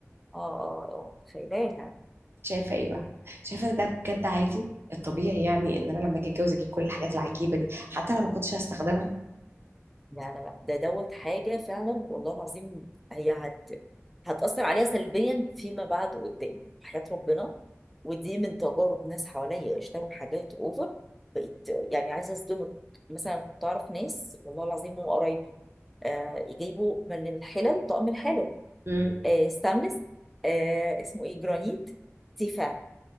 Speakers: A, in the centre; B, on the right (about 55°).
A: اه اه آه، متخيلاها
B: شايفه ايه بقى شايفه ان ده بجد عادي الطبيعي يعني ان انا لما اجي اتجوز اجيب كل الحاجات العجيبه دي حتى لو ما كنتش هستخدمها
A: لا لا لا ده دوت حاجة فعلا والله العظيم هي هت... هتأثر عليها سلبيا فيما بعد قدام وحياة ربنا ودي من تجارب ناس حواليا اشتروا حاجات اوفر بقيت يعني عايزة اصدمك مثلا كنت اعرف ناس والله العظيم وقرايبي آه يجيبوا من الحلل طقم الحلل
B: امم
A: آه ستانلس آه اسمه ايه جرانيت تيفال